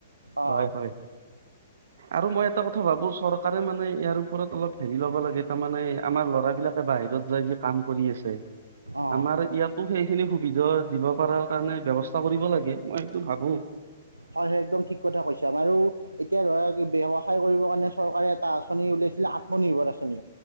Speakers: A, on the right; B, on the right.
A: অঁ
B: হয় হয় আৰু মই এটা ক ভো চৰকাৰে মানে ইয়াৰ ওপৰত অলপ হেৰি ল'ব লাগে তাৰে আমাৰ ল'ৰাবিলাক বাহিৰত যাই কিনে কাম কৰি আছে
A: অঁ
B: আমাৰ ইয়াতো সেইখিনি সুবিধা দিব পাৰা কাৰণে ব্যৱস্থা কৰিব লাগে মই সেটো ভাবো
A: হয় হয় একদম ঠিক কথা কৈছা আৰু এতিয়া ধৰা ব্যৱসায় কৰিবৰ কাৰণে চৰকাৰে এটা আঁচনি উলাইছিল আত্মনিৰ্ভৰ আঁচনি